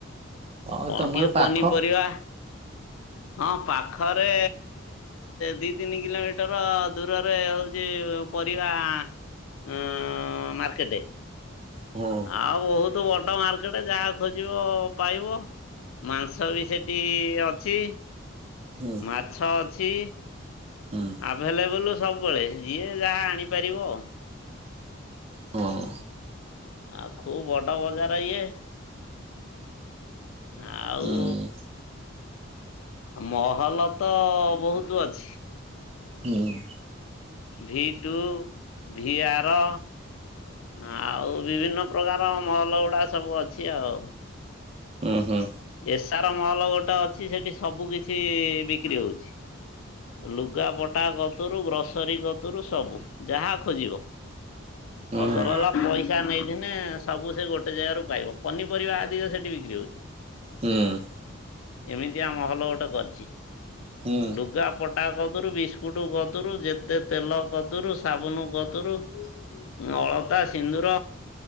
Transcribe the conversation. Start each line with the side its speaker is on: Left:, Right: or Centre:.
Right: ହଁ
Left: କଣ
Right: ତମର
Left: ଟିକେ
Right: ପାଖ
Left: ପନିପରିବା ହଁ ପାଖରେ ଦି ତିନି କିଲୋମିଟର ଦୂରରେ ହଉଛି ପରିବା ଅଁ ମାର୍କେଟ।
Right: ହଁ।
Left: ଆଉ ବହୁତ ବଡ ମାର୍କେଟ ଯାହା ଖୋଜିବ ପାଇବ। ମାଂସ ବି ସେଠି ଅଛି
Right: ହୁଁ
Left: ମାଛ ଅଛି।
Right: ହୁଁ
Left: ଆଭେଲେବଲ୍ ସବୁବେଳେ ଯିଏ ଯାହା ଆଣିପାରିବ।
Right: ହଁ।
Left: ଆଉ ଖୁବ ବଡ ବଜାର ଇଏ। ଆଉ
Right: ହୁଁ
Left: ଉ ମହଲ ତ ବହୁତ ଅଛି।
Right: ହୁଁ
Left: ଭି ଟୁ ଭି ଆର ଆଉ ବିଭିନ୍ନ ପ୍ରକାର ମହଲ ଗୁଡା ସବୁ ଅଛି ଆଉ।
Right: ଉ ହୁଁ।
Left: ଏସଆର ମହଲ ଗୋଟେ ଅଛି ସେଠି ସବୁ କିଛି ବିକ୍ରି ହଉଛି। ଲୁଗାପଟା କତରୁ ଗ୍ରୋସରୀ କତୁରୁ ସବୁ ଯାହା ଖୋଜିବ।
Right: ହୁଁ
Left: ଅସଲ ହେଲା ପଇସା ନେଇଥିନେ ସବୁ ସେ ଗୋଟେ ଜାଗାରୁ ପାଇବ ପନିପରିବା ଆଧିକ ସେଠି ବିକ୍ରି ହଉଛି।
Right: ହୁଁ।
Left: ଏମିତି ଆ ମହଲ ଗୋଟେ କରିଛି।
Right: ହୁଁ
Left: ଲୁଗା ପଟା କଦୁରୁ ବିସ୍କୁଟ କଦୁରୁ ଯେତେ ତେଲ କଦୁରୁ ସାବୁନ କଦୁରୁ ଅଳତା ସିନ୍ଦୁର